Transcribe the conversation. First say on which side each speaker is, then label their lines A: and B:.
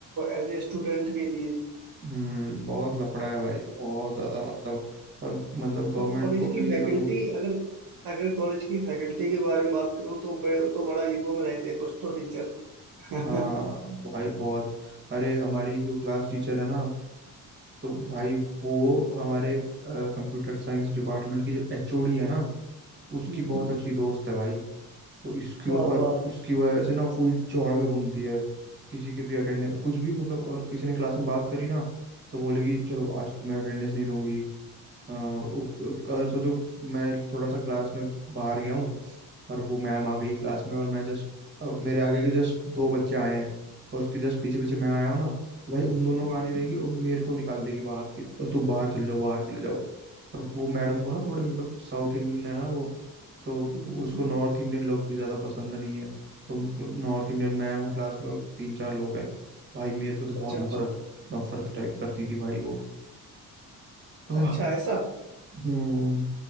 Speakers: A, on the right; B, on the right.
A: एज ए स्टूडेंट के लिए
B: हम्म बहुत लफड़ा है भाई बहुत ज्यादा मतलब और मतलब गवर्नमेंट
A: और कॉलेज
B: को भी
A: की फैकल्टी
B: ऐसा कुछ
A: अगर अगर कॉलेज की फैकल्टी के बारे में बात करूँ तो बड़े तो बड़ा ईगो में रहते हैं कुछ तो टीचर <laughs> हम्म
B: हाँ भाई बहुत अरे हमारी जो क्लास टीचर है ना तो भाई वो हमारे कंप्यूटर साइंस डिपार्टमेंट की जो एचओडी है ना उसकी
A: हम्म,
B: बहुत अच्छी दोस्त है भाई तो इसकी
A: क्या
B: व- और
A: बात
B: उसकी वजह से ना फुल चौड़ में घूमती है किसी के भी अटेंडेंस कुछ भी मतलब अगर किसी ने क्लास में बात करी ना तो बोलेगी चलो आज तुम्हें अटेंडेंस नहीं दूंगी अ, उ- अगर सोचो मैं थोड़ा सा क्लास में बाहर गया हूँ और वो मैम आ गई क्लास में और मैं जस्ट मेरे आगे के जस्ट दो बच्चे आए हैं और उसके जस्ट पीछे पीछे
A: हम्म,
B: मैं आया हूँ ना तो भाई उन दोनों
A: हम्म,
B: को आने देगी और मेरे को निकाल देगी बाहर कि तुम बाहर चले जाओ बाहर चले जाओ और वो मैडम को ना थोड़े मतलब साउथ इंडियन है ना वो तो
A: हम्म।
B: उसको नॉर्थ इंडियन लोग भी ज्यादा पसंद नहीं है तो नॉर्थ इंडियन मैं हूँ क्लास में और तीन चार लोग हैं भाई मेरे से तो बहुत
A: अच्छा
B: नफरत
A: अच्छा
B: नफरत टाइप करती थी भाई वो तो
A: अच्छा ऐसा
B: हम्म